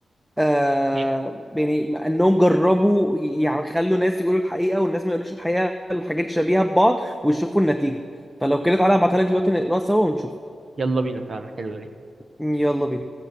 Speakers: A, in the centre; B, on the right.
A: آه
B: ايه
A: يعني انهم جربوا يعني خلوا ناس يقولوا الحقيقه والناس ما يقولوش الحقيقه الحاجات شبيهه ببعض ويشوفوا النتيجه فلو كده تعالى ابعتها لك دلوقتي نقراها سوا ونشوف
B: يلا بينا فعلا حلوه دي
A: يلا بينا